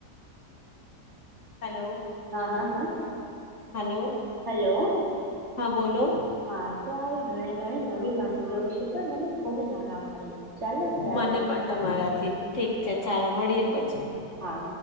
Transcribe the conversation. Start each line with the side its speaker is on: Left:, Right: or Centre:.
Left: હલો.
Right: હા હા હા.
Left: હલો
Right: હલો
Left: હા બોલો.
Right: હા તો આવી ઘણી ઘણી નવી ગણીગ વિશે પણ મને ખુબ જાણવા મળ્યું. ચાલો ત્યારે
Left: મને પણ તમારાથી ઠીક છે ચાલો મળીએ પછી.
Right: હા